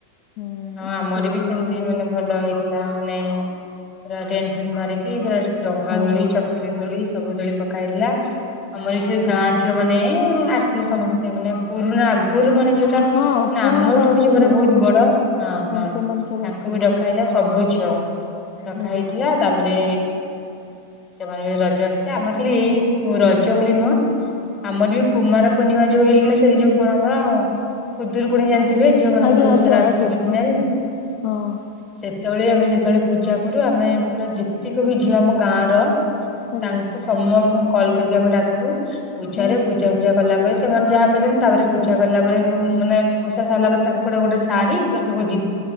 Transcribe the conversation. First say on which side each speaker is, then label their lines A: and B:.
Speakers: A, on the left; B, on the left.
A: ହୁଁ
B: ହଁ
A: ଆମ
B: ଆମର
A: ସବୁ ଏତେ
B: ବି ସେମିତି
A: ବଢିଆ
B: ମାନେ ଭଲ ହେଇଥିଲା ମାନେ ପୁରା ଟେଣ୍ଟ୍ ଫେଣ୍ଟ୍ ମାରିକି ପୁରା ସ୍ ଡଙ୍ଗାଦୋଳି
A: ହଁ
B: ଚ କିରି ଦୋଳି ସବୁ ଦୋଳି ପକାହେଇଥିଲା। ଆମର ଏସବୁ ଗାଁ ଝିଅ ମାନେ ଆସିଥିଲେ ସମସ୍ତେ ମାନେ ପୁରୁଣା ଆଗରୁ ମାନେ ଯୋଉଟା
A: ହଁ
B: ନା ଆମଠୁ
A: ପୁରୁଣା କାଳର
B: ବି ଯୋଉମାନେ
A: ଝିଅ
B: ବହୁତ ବଡ ହଁ ହଁ
A: ସେମାନେ
B: ତାଙ୍କୁ
A: ସବୁ ଆସିଥିଲେ।
B: ବି ଡକା ହେଇଥିଲା ସବୁ ଝିଅ। ଡକାହେଇଥିଲା
A: ଆଜ୍ଞା
B: ତାପରେ ସେମାନେ ବି ରଜ ଆସଥିଲେ, ଆମର ଖାଲି ଏଇ ରଜ ବୋଲି ନୁହଁ ଆମର ବି କୁମାର ପୂର୍ଣ୍ଣିମା ଯୋଉ ହେଲେ <unintelligible> ସେଟି ଯୋଉ କଣ ଆମର ଖୁଦୁରୁକୁଣୀ ଜାଣିଥିବେ ଝିଅ ମାନଙ୍କ
A: ଆଜ୍ଞା
B: ଯୋଉ
A: ଆଜ୍ଞା ଆଜ୍ଞା
B: ଓଷାଟା
A: ଆଜ୍ଞା
B: ଖୁଦୁରୁକୁଣୀ <unintelligible>
A: ହଁ
B: ସେତବେଳେବି ଆମେ ଯେତଳେ ପୂଜା କରୁ ଆମେ ପୁରା ଯେତିକ ବି ଝିଅ ଆମ ଗାଁଆର
A: ଆଜ୍ଞା
B: ତାଙ୍କୁ ସମସ୍ତଙ୍କୁ କଲ୍ କରିକି ଆମେ ଡାକୁ, ପୂଜାରେ
A: ହଁ
B: ପୂଜା ଫୂଜା କଲାପରେ ସେମାନେ ଯାହା <unintelligible> ତାପରେ ପୂଜା କଲା ପରେ ମାନେ ଓଷା ସାରିଲା ପରେ ତାଙ୍କୁ ଗୋଟେ ଗୋଟେ ଶାଢ଼ୀ ପ୍ଲସ୍ ଭୋ